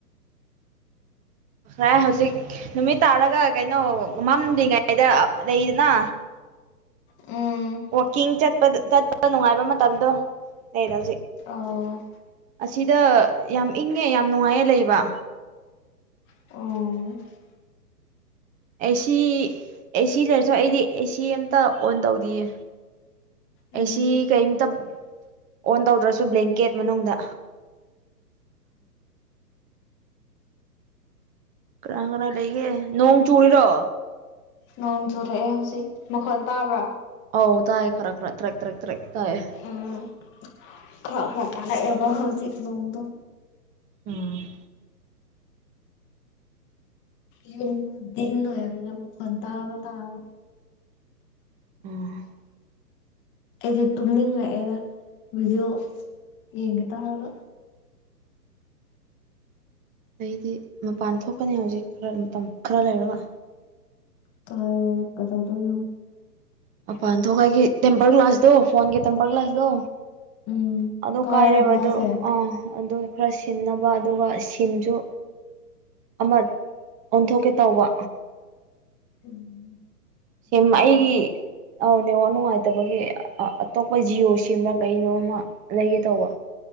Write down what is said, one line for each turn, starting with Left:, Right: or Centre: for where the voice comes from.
Right: ꯄ꯭ꯔꯥꯏ ꯍꯧꯖꯤꯛ ꯅꯨꯃꯤꯠ ꯇꯥꯔꯒ ꯀꯩꯅꯣ ꯃꯝꯗ꯭ꯔꯤꯉꯩꯗ ꯑꯥ ꯂꯩꯗꯅ
Left: ꯎꯝ
Right: ꯋꯔꯀꯤꯡ ꯆꯠꯄꯗ ꯆꯠꯄ ꯅꯨꯡꯉꯥꯏꯕ ꯃꯇꯝꯗꯣ ꯂꯩꯔꯦ ꯍꯧꯖꯤꯛ
Left: ꯑꯣ
Right: ꯑꯁꯤꯗ ꯌꯥꯝ ꯏꯪꯉꯦ ꯌꯥꯝ ꯅꯨꯡꯉꯥꯏꯌꯦ ꯂꯩꯕ
Left: ꯑꫭ
Right: ꯑꯦꯁꯤ ꯑꯦꯁꯤ ꯂꯩꯔꯁꯨ ꯑꯩꯗꯤ ꯑꯦꯁꯤ ꯑꯝꯇ ꯑꯣꯟ ꯇꯧꯗꯤꯌꯦ
Left: ꯎꯝ
Right: ꯑꯦꯁꯤ ꯀꯩꯝꯇ ꯑꯣꯟ ꯇꯧꯗ꯭ꯔꯥꯁꯨ ꯕ꯭ꯂꯦꯡꯀꯦꯠ ꯃꯅꯨꯡꯗ ꯀꯅꯥ ꯀꯅꯥꯥ ꯂꯩꯒꯦ ꯅꯣꯡ ꯆꯨꯔꯤꯔꯣ
Left: ꯅꯣꯡ ꯆꯨꯔꯛꯑꯦ ꯍꯧꯖꯤꯛ ꯃꯈꯣꯟ ꯇꯥꯕ꯭ꯔꯥ
Right: ꯑꯧ ꯇꯥꯏꯌꯦ ꯈꯔ ꯈꯔ ꯇ꯭ꯔꯦꯛ ꯇ꯭ꯔꯛ ꯇ꯭ꯔꯦꯛ ꯇꯥꯏꯌꯦ꯫
Left: ꯎꯝ ꯈꯔ ꯈꯔ ꯄꯜꯂꯥꯛꯑꯦꯕ ꯍꯧꯖꯤꯛ ꯅꫭꯡꯗꫭ
Right: ꯎꯝ꯫
Left: ꯌꯨꯝꯗꫭ ꯗꯤꯟ ꯑꫭꯏꯕꯅꯤꯅ ꯃꯨꯈꫭꯟ ꯇꯥꯕ ꯇꯥꯕꯅꯦ
Right: <inaudible>
Left: ꯑꯩꯗꯤ ꯇꯨꯝꯅꯤꯡꯂꯛꯑꯦꯗ ꯚꯤꯗꯤꯑꯣ ꯌꯦꯡꯒꯦ ꯇꯧꯔꯒ
Right: ꯑꯩꯗꯤ ꯃꯄꯥꯟ ꯊꯣꯛꯀꯅꯤ ꯍꯧꯖꯤꯛ ꯈꯔ ꯃꯇꯝ ꯈꯔ ꯂꯩꯔꯒ
Left: ꯀꯥꯜ ꯀꯩꯗꯧꯗꯨꯏꯅꯣ
Right: ꯃꯄꯥꯟ ꯊꯣꯛꯄꯒꯤ ꯇꯦꯝꯄꯔ ꯒ꯭ꯂꯥꯁꯇꯣ ꯐꯣꯟꯒꯤ ꯇꯦꯝꯄꯔ ꯒ꯭ꯂꯥꯁꯇꯣ
Left: ꯎꯝ
Right: ꯑꯗꯨ
Left: ꯀꯥꯏꯔꯕꯣ
Right: ꯀꯥꯏꯔꯦꯕ ꯑꯗꯨ
Left: ꯍꯥꯏꯁꯦ
Right: ꯑꯥ ꯑꯗꯨ ꯈꯔ ꯁꯤꯟꯅꯕ ꯑꯗꯨꯒ ꯁꯤꯝꯁꯨ ꯑꯃ ꯑꯣꯟꯊꯣꯛꯀꯦ ꯇꯧꯕ
Left: ꯎꯝ꯫
Right: ꯁꯤꯝ ꯑꯩꯒꯤ ꯑꯧ ꯅꯦꯠꯋꯥꯛ ꯅꯨꯡꯉꯥꯏꯇꯕꯒꯤ ꯑ ꯑꯇꯣꯞꯄ ꯖꯤꯑꯣ ꯁꯤꯝꯔꯥ ꯀꯩꯅꯣꯝꯃ ꯂꯩꯒꯦ ꯇꯧꯕ꯫